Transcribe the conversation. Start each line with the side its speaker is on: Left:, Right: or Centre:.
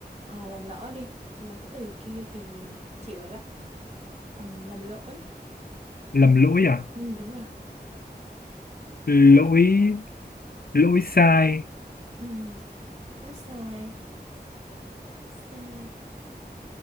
Right: Ờ, làm lỡ đi chị nói cái từ kia thì chịu rồi đó làm làm lỗi
Left: lầm lỗi à
Right: Ừm, đúng rồi
Left: lỗi lỗi sai
Right: Ừm, sai sai